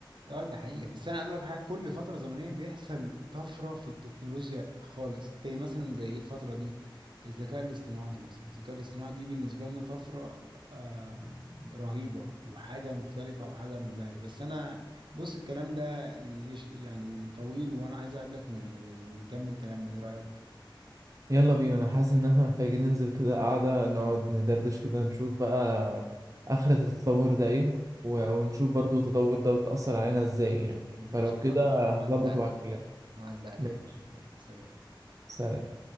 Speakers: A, on the right (about 65°); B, on the right (about 40°).
A: اه ده حقيقة بس انا اقول لك حاجة كل فترة زمنية بيحصل طفرة في التكنولوجيا خالص زي مثلا زي ايه الفترة دي الذكاء الاصطناعي مثلا الذكاء الاصطناعي دي بالنسبة لنا طفرة آه رهيبة وحاجة مختلفة وحاجة منبهرة بس انا بص الكلام ده يش يعني طويل وانا عايز اقابلك ون- ون- ونكمل كلامنا ايه رأيك؟
B: يلا بينا انا حاسس ان احنا محتاجين ننزل كده قعدة نقعد ندردش كده نشوف بقى آخرة التطور ده ايه و- ونشوف برضو التطور ده وتأثر علينا ازاي يعني
A: ماشي
B: فلو كده هظبط
A: هعدي عليك
B: وهكلمك
A: هعدي عليك
B: ماشي
A: اهو يلا، سلام
B: سلام